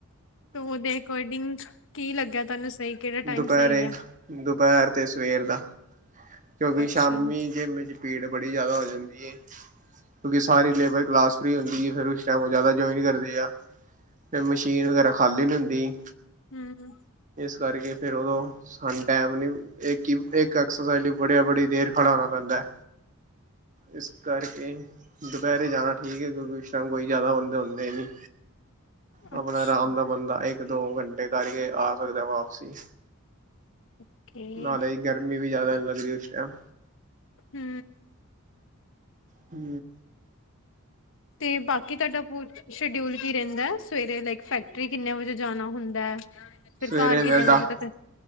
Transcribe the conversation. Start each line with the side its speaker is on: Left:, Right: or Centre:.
Left: ਤੋ ਓਦੇ ਅਕੋਰਡਿੰਗ ਕੀ ਲੱਗਿਆ? <inaudible> ਟਾਈਮ
Right: ਦੁਪਹਿਰ
Left: ਸਹੀ ਹੈ
Right: ਦਾ ਤੇ ਸਵੇਰ ਦਾ। ਕਿਉਕਿ
Left: ਅੱਛਾ
Right: ਸ਼ਾਮੀ
Left: ਹੂੰ
Right: ਜਿੰਮ ਚ ਪੀੜ ਬੜੀ ਜਾਦਾ ਹੋ ਜਾਂਦੀ ਏ। ਕਿਉਂਕਿ ਸਾਰੀ ਲੇਬਰ ਕਲਾਸ ਫਰੀ ਹੁੰਦੀ ਏ, ਫੇਰ ਉਸ ਟਾਈਮ ਓ ਜਾਦਾ ਜੋਇਨ ਕਰਦੀ ਆ। ਫੇਰ ਮਸ਼ੀਨ ਵਗੈਰਾ ਖਾਲੀ ਨੀ ਹੁੰਦੀ।
Left: ਹੂੰ।
Right: ਉਸ ਕਰਕੇ ਫੇਰ ਉਦੋਂ ਸਾਨੂੰ ਟੈਮ ਨੀ, ਏਕ ਈ, ਏਕ ਐਕਸਰਸਾਈਜ ਲਈ ਬੜਿਆ ਬੜੀ ਦੇਰ ਖੜਾ ਹੋਣਾ ਪੈਂਦੈ। ਇਸ <unintelligible> ਕਰਕੇ ਦੁਪਹਿਰ ਜਾਨਾ ਠੀਕ ਏ ਕੋਈ <unintelligible> ਉਸ ਟਾਈਮ ਕੋਈ ਜਾਦਾ ਬੰਦੇ ਹੁੰਦੇ ਨੀ। ਆਪਨਾ
Left: ਅੱਛਾ
Right: ਆਰਾਮ ਨਾਲ ਬੰਦਾ ਏਕ ਤੇ ਦੋ ਘੰਟੇ ਕਰਕੇ ਆ ਸਕਦੈ ਵਾਪਸ ਸੀ
Left: ਓਕੇ
Right: ਨਾਲੇ ਗਰਮੀ ਵੀ ਜ਼ਿਆਦਾ ਲੱ ਦਿੱਲੀ ਸ਼ਹਿਰ?
Left: ਹੁ
Right: ਹੁ
Left: ਤੇ ਬਾਕੀ ਤੁਹਾਡਾ, ਪੂਰੇ ਦਿਨ ਦਾ ਸ਼ਡਿਊਲ ਕੀ? ਰਹਿੰਦਾ ਸਵੇਰੇ ਲਾਇਕ ਫੈਕਟਰੀ ਕਿੰਨੇ ਵਜੇ, ਜਾਣਾ ਹੁੰਦਾ ਹੈ। ਫਿਰ
Right: ਸਵੇਰੇ
Left: ਘਰ
Right: ਮੈਂ
Left: ਕਿੰਨੇ
Right: ਦਸ
Left: ਵਜੇ ਤੱਕ